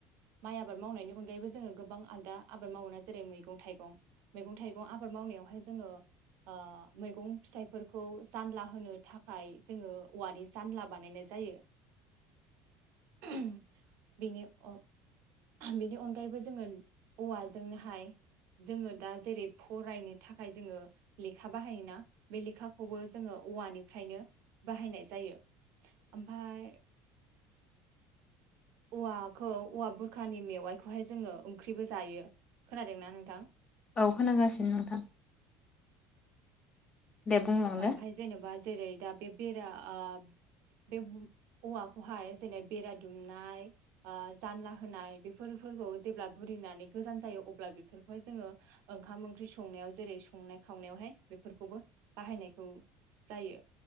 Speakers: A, on the right; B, on the left.
A: माय आबाद मावनायनि अनगायैबो जोङो गोबां आलदा आबाद मावोना जेरै मैगं। थायगं मैगं थायगं आबाद मावनायावहाय जोङो ओ मैगं फिथायफोरखौ जानला होनो थाखाय जोङो औवानि जानला बानायनाय जायो। <unintelligible> बेनि अ बेनि अनगायैबो जोङो औवाजोंनोहाय जोङो दा जेरै फरायनो थाखाय जोङो लेखा बाहायोना बे लेखाखौबो जोङो औवानिफ्रायनो बाहायनाय जायो ओमफाय औवाखौ औवा बुरखानि मेवायखौहाय जोङो ओंख्रिबो जायो खोनादोंना नोंथां।
B: औ खोनागासिनो नोंथां दे बुंलांदो
A: ओमफाय जेनेबा जेरै दा बे बेरा आ बे औवाखौहाय जेरै बेरा दुमनाय आ जानला होनाय बेफोर फोरखौ जेब्ला बुरिनानै गोजान जायो अब्ला बेफोर खौहाय जोङो ओंखाम ओंख्रि संनायाव जेरै संनाय खावनायावहाय बेफोरखौबो बाहायनायखौ जायो